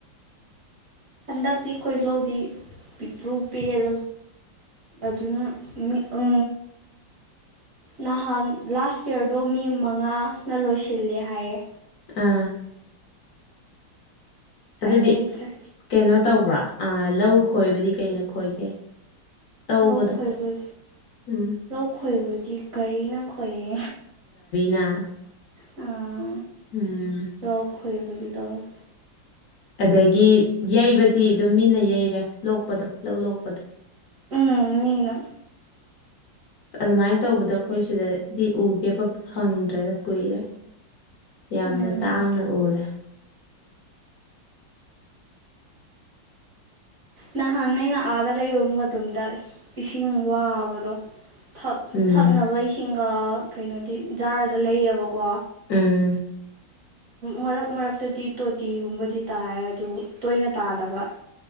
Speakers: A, on the right (about 65°); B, on the left (about 60°).
A: ꯍꯟꯗꯛꯇꯤ ꯑꯩꯈꯣꯏ ꯂꯧꯗꯤ ꯄꯤꯄ꯭ꯔꯨ ꯄꯦꯜꯦꯜ ꯑꯗꯨꯅ ꯃꯤ ꯎ ꯅꯍꯥꯟ ꯂꯥꯁ ꯌꯌꯥꯔꯗꯣ ꯃꯤ ꯃꯉꯥꯅ ꯂꯣꯏꯁꯤꯜꯂꯦ ꯍꯥꯏꯌꯦꯦ
B: ꯑꯥ ꯑꯗꯨꯗꯤ
A: ꯍꯥꯏꯕ ꯍꯩꯇ꯭ꯔꯦ
B: ꯀꯩꯅꯣ ꯇꯧꯕ꯭ꯔꯥ ꯂꯧ ꯈꯣꯏꯕꯗꯤ ꯀꯩꯅ ꯈꯣꯏꯒꯦ ꯇꯧꯕꯗꯣ
A: ꯂꯝ ꯈꯣꯏꯕꯒꯤ
B: ꯎꯝ
A: ꯂꯧ ꯈꯣꯏꯕꯗꯤ ꯀꯒꯥꯔꯤꯅ ꯈꯣꯏꯌꯦ
B: ꯆ
A: ꯑꯥ
B: ꯎꯝ
A: ꯂꯧ ꯈꯣꯏꯕꯒꯤꯗꯣ
B: ꯑꯗꯒꯤ ꯌꯩꯕꯗꯤ ꯑꯗꯨꯝ ꯃꯤꯅ ꯌꯩꯔꯦ ꯂꯣꯛꯄꯗꯣ ꯂꯧ ꯂꯣꯛꯄꯗꯣ
A: ꯎꯝ ꯃꯤꯅ
B: ꯑꯗꯨꯃꯥꯏꯅ ꯇꯧꯕꯗꯣ ꯑꯩꯈꯣꯏ ꯁꯤꯗꯗꯤ ꯎꯒꯦꯕ ꯐꯪꯗ꯭ꯔꯦꯗ ꯀꯨꯏꯔꯦ ꯌꯥꯝꯅ
A: ꯎꯝ
B: ꯇꯥꯡꯅ ꯎꯔꯦ
A: ꯅꯍꯥꯛ ꯑꯩꯅ ꯑꯥꯗ ꯂꯩꯕ ꯃꯇꯝꯗ ꯏꯁꯤꯡ ꯋꯥꯕꯗꯣ ꯛ
B: ꯎꯝ
A: ꯊꯛꯅꯕ ꯏꯁꯤꯡꯒ ꯀꯩꯅꯣꯗꯤ ꯖꯥꯔꯗ ꯂꯩꯌꯦꯕꯀꯣ
B: ꯎꯝ
A: ꯃꯔꯛ ꯃꯔꯛꯇꯗꯤ ꯇꯣꯇꯤꯒꯨꯝꯕꯗꯤ ꯇꯥꯏ ꯑꯗꯨ ꯇꯣꯏꯅ ꯇꯥꯗꯕ